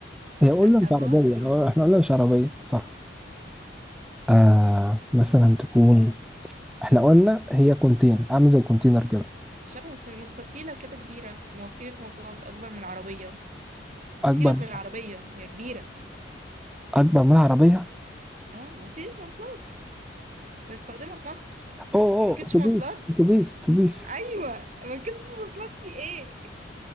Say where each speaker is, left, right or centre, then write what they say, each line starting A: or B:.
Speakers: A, in the centre; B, on the right.
A: هي قلنا
B: لا
A: مش
B: برضو
A: عربية هو احنا قلنا مش عربية صح آه مثلا تكون احنا قلنا هي كونتينر عامل زي الكونتينر كده
B: شبه تكون مستطيلة كده كبيرة وسيلة مواصلات أكبر من العربية
A: اكبر
B: سيبك من العربية هي كبيرة
A: اكبر من العربيه
B: اه وسيلة مواصلات بنستخدمها في مصر
A: اوه
B: مركبتش
A: اوه اتوبيس
B: مواصلات
A: اتوبيس اتوبيس
B: أيوة مركبتش مواصلات في إيه